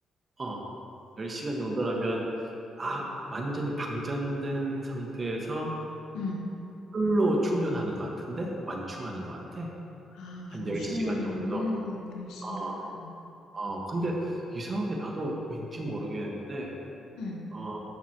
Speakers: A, on the right; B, on the left.
A: 어. 10시간 정도라면 아, 완전히 방전된 상태에서
B: 음.
A: 풀로 충전하는 것 같은데 완충하는 것 같아.
B: 아 완충하면은
A: 한 10시간 정도.
B: 열 시간.
A: 어. 어. 근데 이상하게 나도 왠지 모르겠는데
B: 응.
A: 어,